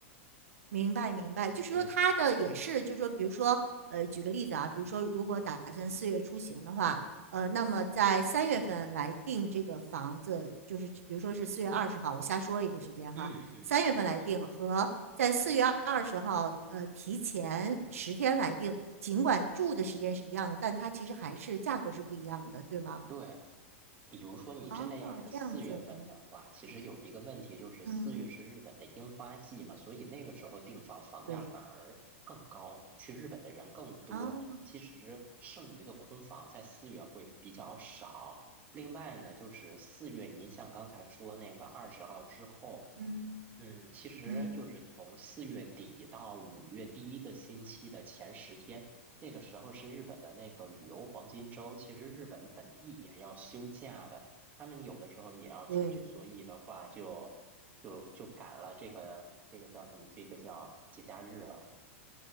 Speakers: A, on the right; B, on the right.
A: 明白明白，就是说他的也是，
B: 嗯
A: 就是说，比如说，呃，举个例子啊，比如说，如果打算四月出行的话，呃，那么在三月份来定这个房子，就是比如说是四月二十号，我瞎说一个时间哈，
B: 嗯嗯。
A: 三月份来定和在四月二十号，呃，提前十天来定，尽管住的时间是一样的，但它其实还是价格是不一样的，对吗？
B: 对，比如说你真的要是四月份的话，
A: 哦，这样子，
B: 其实有一个问题就是四月是日本的樱花季嘛，
A: 嗯，
B: 所以那个时候订房房价反而更高，
A: 对，
B: 去日本的人更多。
A: 哦，
B: 其实剩余的空房在四月会比较少。另外呢，就是四月，您像刚才说那个二十号之后。
A: 嗯
B: 嗯，其实就是从四月底到五月第一个星期的前十天，
A: 嗯，
B: 那个时候是日本的那个旅游黄金周。其实日本本地也要休假的，他们有的时候也要出去，
A: 对，
B: 所以的话就就就赶了这个这个叫什么？这个叫节假日了。